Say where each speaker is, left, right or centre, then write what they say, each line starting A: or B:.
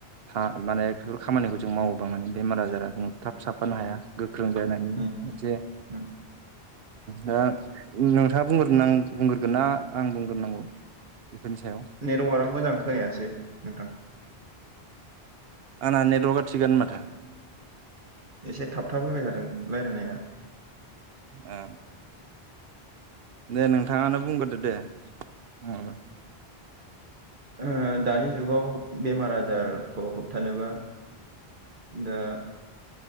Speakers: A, on the right; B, on the right.
A: ह माने बेफोर खामानिखौ जों मावोबा माने बेमार आजारा जोंन थाब साफानो हाया गोख्रों जानायनि
B: उम
A: मोनसे
B: उम
A: दा नोंथाङा बुंग्रोगोन नख आं बुंग्रोगोन ना? आं बुंग्रोनांगौ बेफोरनि सायाव?
B: नेटवार्कआ मोजां खोनायासै नोंथां
A: आंना नेटवर्कआ थिगोन माथो
B: एसे थाब थाब फैबाय थादों रायलायनाया।
A: ओ दे नोंथाङानो बुंग्रोदो दे नङाबा
B: ओ दानि जुगाव बेमार आजारखौ होबथानोबा दा